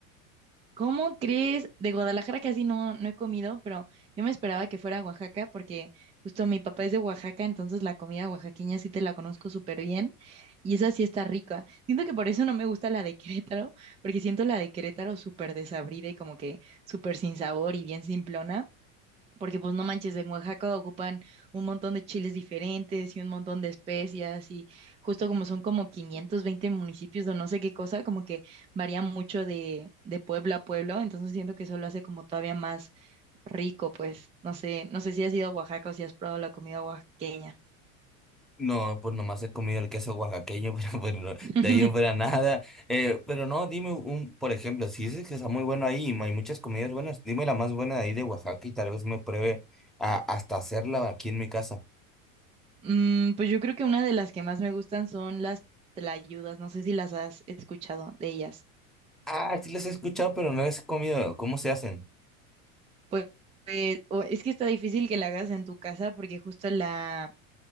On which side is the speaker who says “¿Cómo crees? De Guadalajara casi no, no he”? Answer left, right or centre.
Right